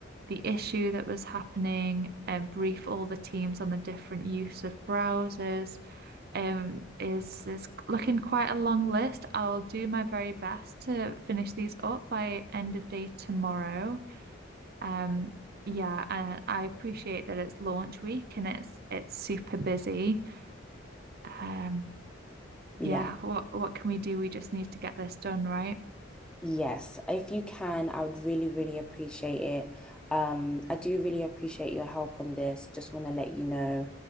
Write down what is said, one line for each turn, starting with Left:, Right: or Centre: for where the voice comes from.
Right: the issue that was happening, and um, brief all the teams on the different use of browsers. Um, is is looking quite a long list. I'll do my very best to finish these up by end of day tomorrow. Um, yeah, and I appreciate that it's launch week and it's it's super busy. Um,
Centre: yeah.
Right: yeah, what what can we do? We just need to get this done, right?
Centre: Yes, if you can, I would really, really appreciate it. Um, I do really appreciate your help on this. Just want to let you know.